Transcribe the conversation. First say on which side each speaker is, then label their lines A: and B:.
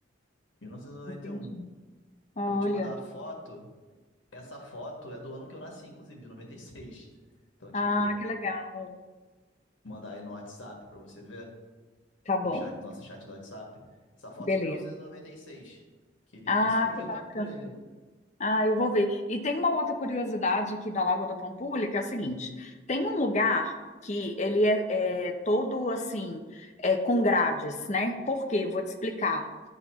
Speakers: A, on the left; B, on the left.
A: mil novecentos e noventa
B: entendi.
A: e um.
B: Olha.
A: Eu vou te mandar a foto. Essa foto é do ano que eu nasci, inclusive, de 96. Então, tipo,
B: Ah, que legal.
A: mandar aí no WhatsApp pra você ver,
B: Tá bom.
A: no chat, nosso chat do WhatsApp. Essa foto
B: Beleza.
A: é de mil novecentos e e noventa e seis que ele,
B: Ah,
A: isso projetado
B: que bacana.
A: por ele.
B: Ah, eu vou ver. E tem uma outra curiosidade aqui da Lagoa da Pampulha, que é a seguinte: tem um lugar que ele é, é todo assim, é, com grades, né? Por quê? Vou te explicar.